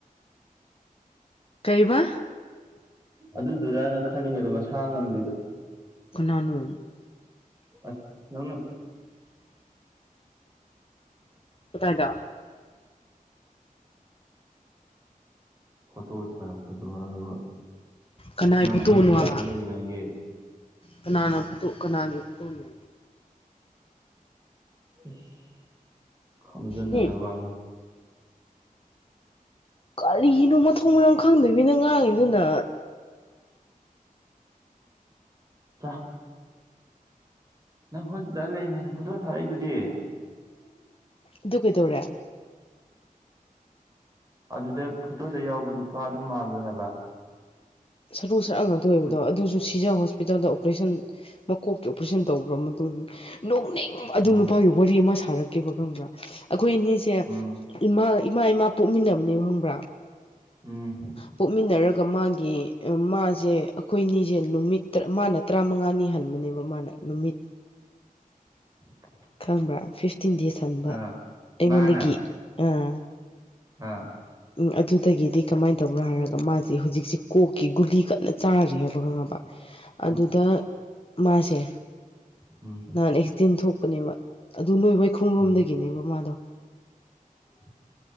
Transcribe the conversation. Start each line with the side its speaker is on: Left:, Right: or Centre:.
Left: ꯀꯩꯕꯥ
Right: ꯑꯗꯨꯗꯨꯔꯅ ꯈꯜꯂꯤꯅꯦꯕ ꯃꯁꯥ ꯉꯝꯗ꯭ꯔꯤꯗꯣ
Left: ꯀꯅꯥꯅꯣ
Right: ꯑꯩꯁ ꯅꯪꯅ
Left: ꯀꯥꯇꯥꯏꯗ
Right: ꯐꯣꯇꯣ ꯊꯥꯔꯛꯄꯗꯣ ꯍꯥꯏꯔꯒ
Left: ꯀꯅꯥꯏ
Right: ꯅꯪ
Left: ꯐꯣꯇꯣꯅꯣ
Right: ꯍꯣꯁꯄꯤꯇꯥꯜꯗ
Left: ꯍꯥꯏꯕ
Right: ꯂꯩ ꯍꯥꯏꯌꯦ
Left: ꯀꯅꯥꯅ ꯐꯣꯇꯣ ꯀꯅꯥꯒꯤ ꯐꯣꯇꯣꯅꯣ
Right: ꯏꯁ ꯈꯪꯖꯤꯟꯅꯗꯕ
Left: ꯍꯨꯝ
Right: ꯋꯥꯅꯤ
Left: ꯀꯔꯤꯅꯣ ꯃꯊꯣꯡ ꯃꯔꯝ ꯈꯪꯗꯕꯤꯅ ꯉꯥꯡꯉꯤꯗꯨꯅ
Right: <unintelligible> ꯅꯪ ꯍꯣꯁꯄꯤꯇꯥꯜ ꯂꯩꯔꯤꯉꯩꯗ ꯍꯥꯏꯗ ꯐꯣꯇꯣ ꯊꯥꯔꯛꯏꯗꯨꯗꯤ <inaudible>
Left: ꯑꯗꯨ ꯀꯩꯗꯧꯔꯦ
Right: ꯑꯗꯨꯗ ꯐꯣꯇꯣꯗ ꯌꯥꯎꯕ ꯅꯨꯄꯥꯗꯨ ꯃꯜꯂꯣꯏ ꯍꯥꯏꯕ
Left: ꯁꯔꯨ ꯁꯔꯥꯡ ꯉꯥꯛꯇ ꯑꯣꯏꯕꯗꯣ
Right: ꯃꯁ
Left: ꯑꯗꯨꯁꯨ ꯁꯤꯖꯥ ꯍꯣꯁꯄꯤꯇꯥꯜꯗ ꯑꯣꯄꯔꯦꯁꯟ ꯃꯀꯣꯛꯀꯤ ꯑꯣꯄꯔꯦꯁꯟ ꯇꯧꯈ꯭ꯔꯕ ꯃꯇꯨꯡꯗ ꯅꯣꯛꯅꯤꯡ ꯑꯗꯨ
Right: ꯑꯣ
Left: ꯅꯨꯄꯥꯒꯤ ꯋꯥꯔꯤ ꯑꯃ ꯁꯥꯔꯛꯀꯦꯕ ꯈꯪꯕ꯭ꯔꯥ ꯑꯩꯈꯣꯏ ꯑꯅꯤꯁꯦ
Right: ꯎꯝ
Left: ꯏꯃꯥ ꯏꯃꯥ ꯏꯃꯥ ꯄꯣꯛꯃꯤꯟꯅꯕꯅꯦꯕ ꯈꯪꯕ꯭ꯔꯥ
Right: ꯎꯝ
Left: ꯄꯣꯛꯃꯤꯟꯅꯔꯒ ꯃꯥꯒꯤ ꯃꯥꯖꯦ ꯑꯩꯈꯣꯏꯅꯤꯖꯦ ꯅꯨꯃꯤꯠ ꯃꯥꯅ ꯇꯔꯥꯃꯉꯥꯅꯤ ꯍꯟꯕꯅꯦꯕ ꯃꯥꯅ ꯅꯨꯃꯤꯠ
Right: <inaudible>
Left: ꯈꯪꯕ꯭ꯔꯥ ꯐꯤꯐꯇꯤꯟ ꯗꯦꯖ ꯍꯟꯕ
Right: ꯑꯥ
Left: ꯑꯩꯉꯣꯟꯗꯒꯤ
Right: ꯃꯥꯅ
Left: ꯑꯥ
Right: ꯑꯥ
Left: ꯎꯝ ꯑꯗꯨꯗꯒꯤꯗꯤ ꯀꯃꯥꯏꯅ ꯇꯧꯕꯔꯥ ꯍꯥꯏꯔꯒ ꯃꯥꯖꯦ ꯍꯧꯖꯤꯛꯁꯦ ꯀꯣꯛꯀꯤ ꯒꯨꯂꯤ ꯀꯟꯅ ꯆꯥꯔꯤ ꯍꯥꯏꯕ ꯈꯪꯉꯕ
Right: <inaudible>
Left: ꯑꯗꯨꯗ ꯃꯥꯁꯦ
Right: ꯎꯝ
Left: ꯅꯍꯥꯟ ꯑꯦꯛꯁꯤꯗꯦꯟ ꯊꯣꯛꯄꯅꯦꯕ ꯑꯗꯨ ꯅꯣꯏ ꯋꯥꯏꯈꯣꯡꯔꯣꯝꯗꯒꯤꯅꯦꯕ
Right: ꯎꯝ
Left: ꯃꯥꯗꯣ
Right: <inaudible>